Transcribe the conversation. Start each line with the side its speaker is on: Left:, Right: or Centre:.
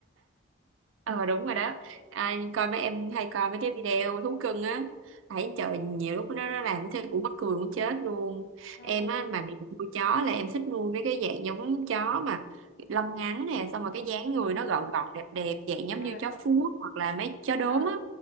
Right: ờ đúng rồi đó à, coi mấy em hay coi mấy cái video thú cưng á thấy trời nhiều lúc nó nó làm thế cũng mắc cười muốn chết luôn
Left: ừ
Right: em á mà bị nuôi chó là em thích nuôi mấy cái dạng giống chó mà lông ngắn nè
Left: ừ
Right: xong rồi cái dáng
Left: ừ
Right: người
Left: ừ.
Right: nó gọn gọt đẹp đẹp dạng giống
Left: ừ. à
Right: như chó Phú Quốc hoặc là mấy chó đốm
Left: à
Right: á